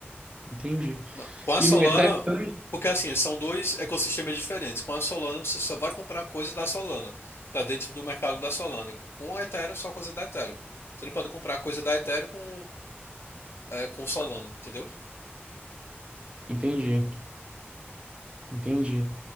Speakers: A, on the right; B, on the left.
A: Entendi.
B: Não, Com a
A: E
B: Solana,
A: no Ethereum também?
B: porque assim, são dois ecossistemas diferentes. Com a Solana, você só vai comprar coisa da Solana, que está dentro do mercado da Solana. E Com a Ethereum, é só coisa da Ethereum. Você não pode comprar coisa da Ethereum com, é, com Solana, entendeu?
A: Entendi, entendi.